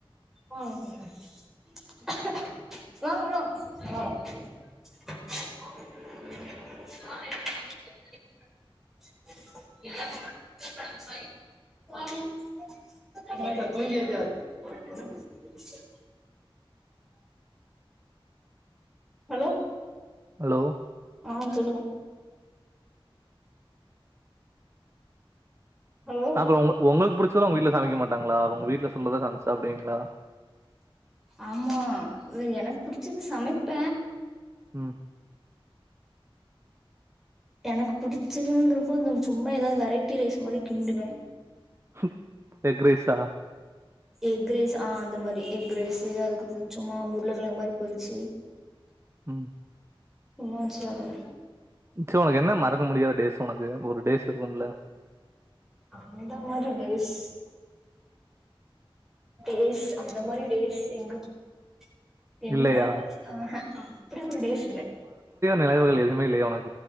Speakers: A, in the centre; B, on the right.
A: ஓ <unintelligible> த சொலத்த <unintelligible> ஆஹ <unintelligible> ஹலோ
B: ஹலோ
A: ஆஹ் சொல்லுங்க ஹலோ
B: அப்புறம் உ உங்களுக்கு புடிச்ச இதெல்லா உங்க வீட்ல சமைக்கமாட். ங்களா உவங்க வீட்டுல சொல்றதா சமச்சு சாப்டுவீங்களா.
A: ஆமா எனக்கு புடிச்சது சமைப்ப.
B: உம்.
A: எனக்கு புடிச்சதுங்கன்றப்போ. சும்மா ஏதாவது வெரைட்டி ரைஸ் மாரி. கிண்டுவ.
B: உக் எக்ரைசா.
A: எக்ரைஸ் ஆஹ அந்த மாரி எக்ரைஸ்சு அதுக்கு சும்மா உருளக்கிழங்கு மாரி பொரிச்சு.
B: உம்.
A: மோச்சவோ.
B: சோ என்ன மர. முடியாத டேஸ் உனக்கு ஒரு டேஸ் இருக்கும்ல.
A: அந்த மாரி டேஸ் டேஸ் அந்த மாரி டேஸ் எங்கப். ம்ச் என்ன
B: இல்லையா
A: டேஸ் ஆஹஹா அப்டி ஒரு டேஸ் இல்ல.
B: நெனவுகள் எதுமே இல்லையா உனக்கு.